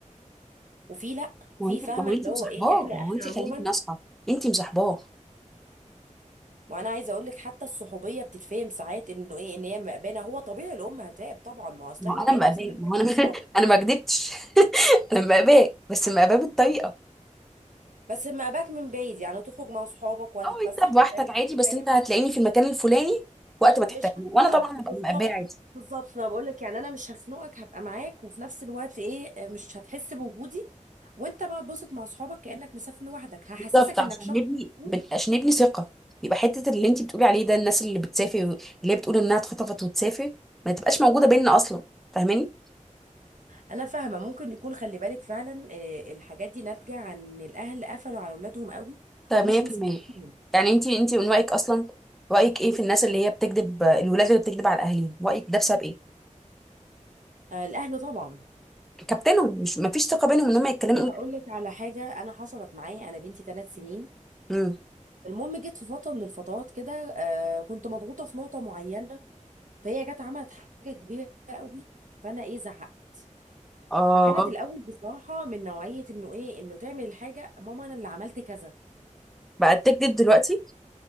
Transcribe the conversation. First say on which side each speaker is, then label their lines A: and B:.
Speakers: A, on the right (about 75°); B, in the centre.
A: وفي لا
B: ما
A: في
B: هو انت
A: فاهمه
B: ما هو انت
A: اللي
B: مصاحباه
A: هو ايه احنا
B: ما
A: احنا
B: هو انت
A: عموما
B: خليكي ناصحه انت مصاحباه
A: ما انا عايزه اقول لك حتى الصحوبيه بتتفهم ساعات انه ايه ان هي مأبانه هو طبيعي الام هتعب طبعا ما هو اصل
B: ما
A: احنا
B: هو
A: بقينا
B: انا مقاباه
A: في زمن
B: ما
A: بقى من
B: هو انا
A: دون
B: <laughs>
A: ربنا
B: انا ما كدبتش <laughs> انا مقاباه بس مقاباه بالطريقه
A: بس مأباك من بعيد يعني هتخرج مع صحابك وهتتفسح
B: او انت بوحدك
A: وهتعمل
B: عادي
A: كل
B: بس
A: حاجه
B: انت هتلاقيني في المكان الفلاني وقت ما تحتاجني
A: مش هخنقك
B: وانا طبعا هبقى
A: بالظبط
B: مقبيه عادي
A: بالظبط انا بقول لك يعني انا مش هخنقك هبقى معاك وفي نفس الوقت ايه مش هتحس بوجودي وانت بقى تبسط مع صحابك كأنك مسافر لوحدك هحسسك
B: بالظبط عشان
A: انك شخص
B: نبني
A: مسؤول.
B: بن- عشان نبني ثقه يبقى حته اللي انت بتقولي عليه ده الناس اللي بتسافر اللي هي بتقول انها اتخطفت وتسافر ما تبقاش موجوده بيننا اصلا فاهماني
A: انا فاهمه ممكن يكون خلي بالك فعلا آه، الحاجات دي ناتجه عن الاهل قفلوا على اولادهم قوي
B: طيب
A: ومش
B: 100%
A: مسؤولين
B: يعني انت انت من رايك اصلا رايك ايه في الناس اللي هي بتكذب الولاد اللي بتكذب على اهاليهم رايك ده بسبب ايه
A: آه، الاهل طبعا
B: كابتنهم مش ما فيش ثقه بينهم ان هم يتكلموا يقولوا
A: هقول لك على حاجه انا حصلت معايا انا بنتي ثلاث سنين
B: امم
A: المهم جت في فتره من الفترات كده آه كنت مضغوطه في نقطه معينه فهي جت عملت حاجه كبيره قوي فانا ايه زعقت
B: اه
A: فكانت الاول بصراحه من نوعيه انه ايه انه تعمل الحاجه ماما انا اللي عملت كذا
B: بقت تكذب دلوقتي